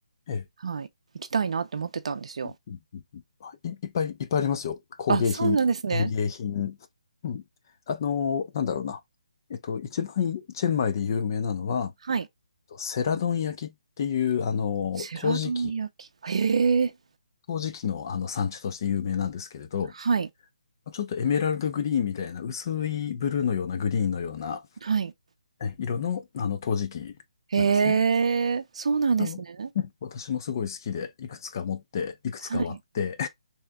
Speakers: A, on the left (about 30°); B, on the right (about 55°).
A: ええ。
B: はい。行きたいなって思ってたんですよ。
A: うんうんうんあい、いっぱいいっぱいありますよ。工芸品、
B: あ、そうなんですね。
A: 園芸品。うん。あのーなんだろうな。えっと、一番チェンマイで有名なのは、
B: はい。
A: セラドン焼きっていう、あのー陶磁器。
B: セラドン焼き。へえ。
A: 陶磁器のあの産地として有名なんですけれど、
B: はい。
A: ちょっとエメラルドグリーンみたいな薄いブルーのようなグリーンのような
B: はい。
A: え色のあの陶磁器なんですね。
B: へえ。そうなんですね。
A: あの、ね私もすごい好きで、いくつか持って、<laughs> いくつか割って、
B: はい。